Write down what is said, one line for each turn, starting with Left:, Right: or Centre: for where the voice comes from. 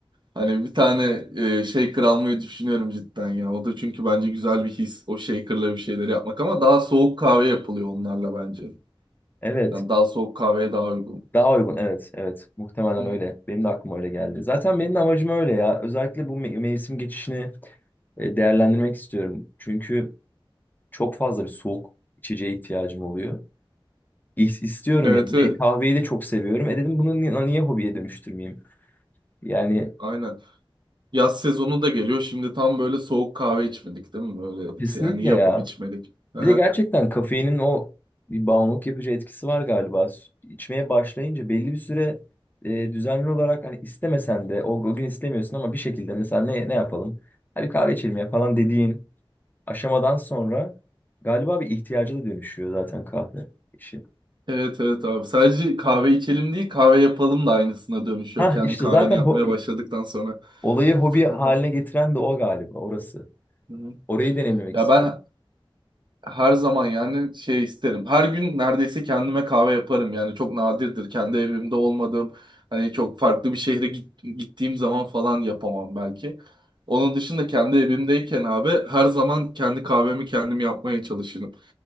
Right: hani bir tane e, shaker almayı düşünüyorum cidden ya. O da çünkü bence güzel bir his o shaker'la bir şeyleri yapmak ama daha soğuk kahve yapılıyor onlarla bence.
Left: Evet.
Right: Yani daha soğuk kahveye daha uygun.
Left: Daha uygun evet evet muhtemelen
Right: Hı.
Left: öyle. Benim de aklıma öyle geldi. Zaten benim de amacım öyle ya. Özellikle bu me- mevsim geçişini e, değerlendirmek istiyorum. Çünkü çok fazla bir soğuk içeceğe ihtiyacım oluyor. İs- İstiyorum
Right: Evet,
Left: yani.
Right: evet.
Left: E, kahveyi de çok seviyorum. E dedim bunu ni- niye hobiye dönüştürmeyeyim? Yani
Right: Aynen. Yaz sezonu da geliyor. Şimdi tam böyle soğuk kahve içmedik değil mi? Öyle
Left: kesinlikle
Right: şey, yani yapıp
Left: ya.
Right: içmedik. <laughs>
Left: Bir de gerçekten kafeinin o bir bağımlılık yapıcı etkisi var galiba. S- İçmeye başlayınca belli bir süre e, düzenli olarak hani istemesen de o, o gün istemiyorsun ama bir şekilde mesela ne ne yapalım? Hadi kahve içelim ya falan dediğin aşamadan sonra galiba bir ihtiyaca da dönüşüyor zaten kahve işi.
Right: Evet evet abi. Sadece kahve içelim değil kahve yapalım da aynısına dönüşüyor.
Left: Ha
Right: Kendi
Left: işte
Right: kahveni
Left: zaten
Right: yapmaya
Left: ho-
Right: başladıktan sonra.
Left: olayı hobi haline
Right: Hı hı.
Left: getiren de o galiba orası.
Right: Hı hı.
Left: Orayı deneyimlemek
Right: Ya
Left: istiyorum.
Right: ben her zaman yani şey isterim. Her gün neredeyse kendime kahve yaparım yani çok nadirdir kendi evimde olmadığım hani çok farklı bir şehre git- gittiğim zaman falan yapamam belki. Onun dışında kendi evimdeyken abi her zaman kendi kahvemi kendim yapmaya çalışırım.